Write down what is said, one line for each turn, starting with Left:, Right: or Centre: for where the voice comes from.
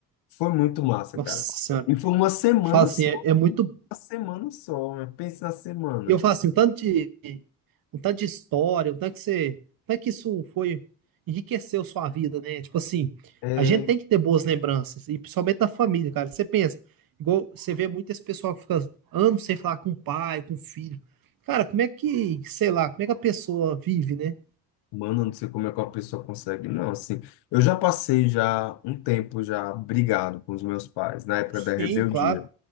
Left: Foi muito massa,
Right: Nossa
Left: cara.
Right: senhora.
Left: E foi uma semana
Right: Fala assim,
Left: só.
Right: é, é muito.
Left: Uma semana só, né? Pensa na semana.
Right: Eu falo assim, um tanto de, um tanto de história, o tanto que você. o tanto que isso foi. Enriqueceu sua vida, né? Tipo assim,
Left: É,
Right: a gente tem que ter boas lembranças, e principalmente da família, cara. Você pensa, igual você vê muito esse pessoal que fica anos sem falar com o pai, com o filho. Cara, como é que, sei lá, como é que a pessoa vive, né?
Left: Mano, eu não sei como é que a pessoa consegue, não, assim. Eu já passei já um tempo já brigado com os meus pais, na época
Right: Sim,
Left: da rebeldia,
Right: claro.